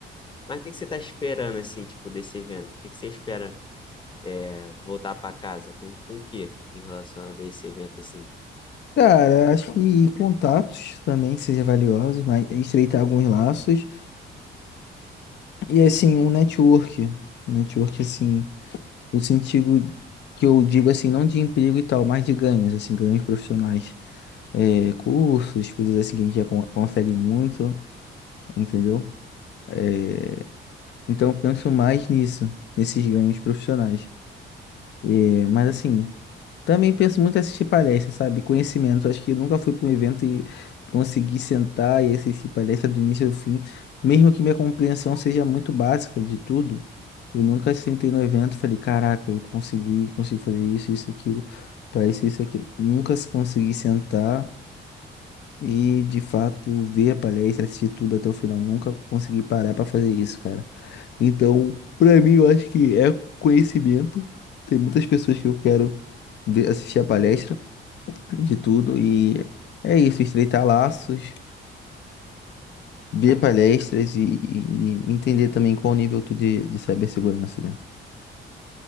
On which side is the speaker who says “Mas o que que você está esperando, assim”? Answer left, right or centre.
Left